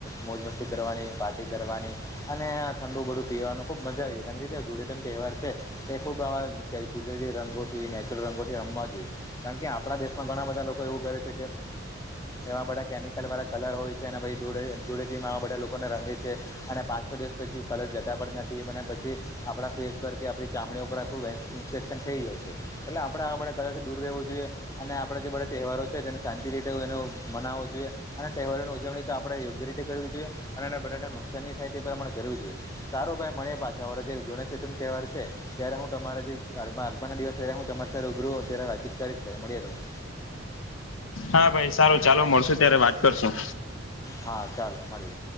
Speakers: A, on the left; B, on the left.
A: મોજ મસ્તી કરવાની પાર્ટી કરવાની... અને ઠંડુ બધું પીવાનું ખુબ મજા આવી જાય કેમ કે... ધૂળેટી નો તહેવાર છે એ ખુબ આવા કુદરતી રંગોથી નેચરલ રંગોથી રમવા જોઈએ. કારણ કે આપણા દેશમાં ઘણા બધા લોકો એવું કરે છે કે... એવા બધા કેમિકલ વાળા કલર હોય છે અને પછી ધૂળે ધૂળેથીમાં આવા બધા લોકોને રંગે છે. અને પાંચ છ દિવસ પછી કલર જતા પણ નથી અને પછી... આપણા ફેસ પર કે આપડી ચામડીઓ પર આખું ઇન્ફેક્શન થઇ જાય છે. એટલે આપડે આવા બધા કલરથી દૂર રહેવું જોઈએ. અને આપડે જે બધા તહેવારો છે તેને શાંતિ રીતે એને મનાવવો જોઈએ. અને તહેવારોની ઉજવણી તો આપડે યોગ્ય રીતે કરવી જોઈએ અને બધાને નુકસાન ની થાય તે પ્રમાણે કરવી જોઈએ. સારું ભાઈ મડીએ પાછા વાળ જે ગણેશ ચતુર્થીનો તહેવાર છે. ત્યારે હું તમારા જે આગમના દિવસે હું તમારી સાથે રૂબરૂ ત્યારે વાતચીત કરીશ ભાઈ મળીએ ભાઈ.
B: હા ભાઈ સારું ચાલો મળશો ત્યારે વાત કરશુ.
A: હા ચાલો મળીએ.